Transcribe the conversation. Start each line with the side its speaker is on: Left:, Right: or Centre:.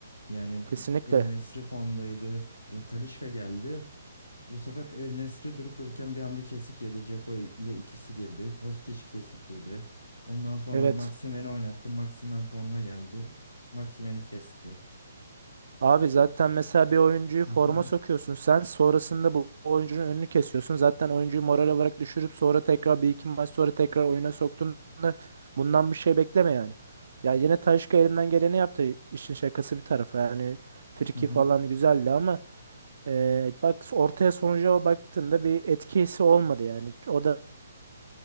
Left: Yani
Right: Kesinlikle.
Left: El Nesri formdaydı. Ya Talisca geldi. Bu sefer El Nesri durup dururken bir anda kesik yedi. Dzeko ile ikisi girdi. Kostić kesik yedi. Ondan sonra
Right: Evet.
Left: Maximen'i oynattı. Maximen forma geldi. Maximen'i kesti.
Right: Abi zaten mesela bir oyuncuyu
Left: <laughs> Hı
Right: forma
Left: hı.
Right: sokuyorsun sen sonrasında bu oyuncunun önünü kesiyorsun. Zaten oyuncuyu moral olarak düşürüp sonra tekrar bir iki maç sonra tekrar oyuna soktuğunda bundan bir şey bekleme yani. Ya yine Talisca elinden geleni yaptı işin şakası bir tarafa yani friki
Left: Hı hı.
Right: falan güzeldi ama e, bak ortaya sonuca baktığında bir etkisi olmadı yani. O da